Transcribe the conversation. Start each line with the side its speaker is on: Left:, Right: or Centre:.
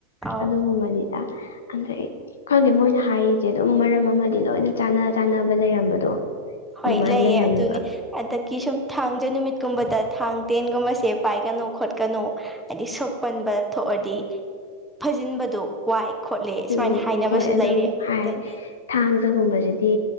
Centre: ꯑꯥꯎ
Left: ꯑꯗꯨꯒꯨꯝꯕꯅꯤꯗ ꯑꯗꯒꯤ ꯈꯪꯗꯦ ꯃꯣꯏꯅ ꯍꯥꯏꯔꯤꯖꯦ ꯑꯗꯨꯝ ꯃꯔꯝ ꯑꯃꯗꯤ ꯂꯣꯏꯅ ꯆꯥꯅ ꯆꯥꯅꯕ ꯂꯩꯔꯝꯕꯗꯣ
Centre: ꯍꯣꯏ
Left: ꯑꯗꯨꯃꯥꯏꯅ
Centre: ꯂꯩꯌꯦ
Left: ꯂꯩꯔꯝꯃꯦꯕ
Centre: ꯑꯗꯨꯅꯦ ꯑꯗꯒꯤ ꯁꯨꯝ ꯊꯥꯡꯖ ꯅꯨꯃꯤꯠꯀꯨꯝꯕꯗ ꯊꯥꯡ ꯇꯦꯟꯒꯨꯝꯕꯁꯦ ꯄꯥꯏꯒꯅꯨ ꯈꯣꯠꯀꯅꯨ ꯑꯩꯗꯤ ꯁꯣꯛꯄꯟꯕ ꯊꯣꯑꯔꯗꯤ ꯐꯖꯤꯟꯕꯗꯣ ꯋꯥꯏ ꯈꯣꯠꯂꯦ
Left: ꯎꯝ
Centre: ꯁꯨꯃꯥꯏꯅ ꯍꯥꯏꯅꯕꯁꯨ
Left: ꯍꯣꯏ ꯑꯗꯨꯝ
Centre: ꯂꯩꯔꯦ
Left: ꯍꯥꯏ
Centre: ꯑꯗꯒꯤ
Left: ꯊꯥꯡꯖꯒꯨꯝꯕꯖꯤꯗꯤ